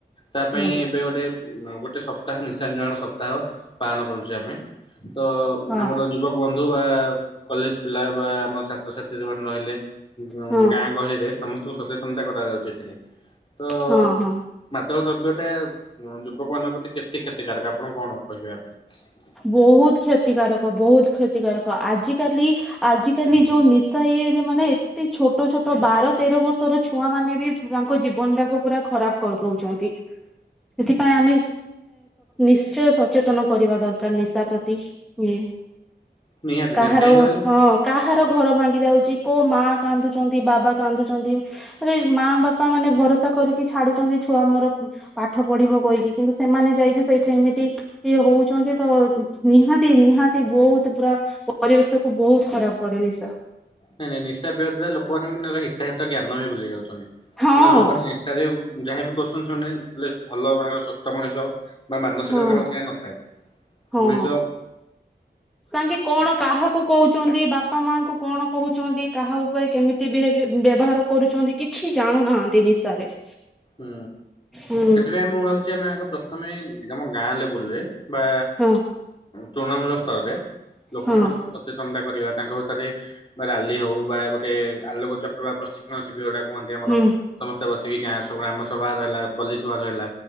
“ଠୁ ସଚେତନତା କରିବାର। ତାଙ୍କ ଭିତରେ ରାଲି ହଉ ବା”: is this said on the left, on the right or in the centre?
Left